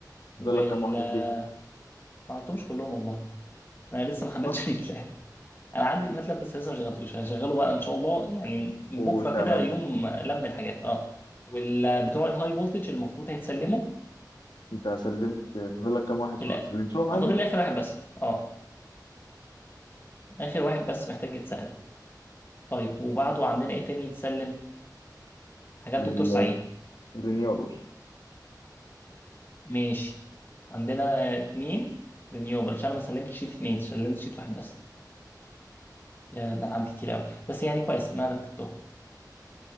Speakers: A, on the left (about 80°); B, on the left (about 30°).
A: فاضل
B: وال
A: لك كام واحدة
B: آه،
A: فيهم
B: ما عملتهمش كلهم والله انا لسه ما
A: اصلا
B: حملتش <laughs> الماتلاب انا عندي الماتلاب بس لسه ما شغلتوش هشغله بقى ان شاء الله يعني
A: وتعمل
B: من بكره كده يوم لم الحاجات اه والبتوع الهاي فولتج المفروض هيتسلموا
A: انت سلمت فاضل لك كام واحد
B: لا
A: سلمتهم عادي
B: أنا فاضل لي اخر واحد بس اه اخر واحد بس محتاج يتسلم طيب وبعده عندنا ايه تاني يتسلم حاجات
A: ال-
B: دكتور سعيد
A: الرينيوبل
B: ماشي عندنا اتنين رينيوبل عشان انا ما سلمتش شيت اتنين سلمت شيت واحد بس يا ده انا عندي كتير قوي بس يعني كويس ان انا رتبتهم